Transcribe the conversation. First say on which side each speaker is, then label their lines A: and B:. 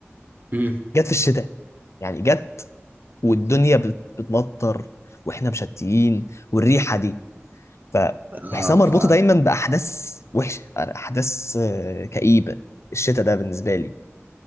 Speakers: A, on the right; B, on the left.
A: امم
B: جت في الشتاء يعني جت والدنيا بت- بتمطر واحنا مشتيين والريحه دي فبحسها
A: اه
B: مربوطه
A: ف
B: دايما باحداث وحشه احداث آه، كئيبه الشتاء ده بالنسبه لي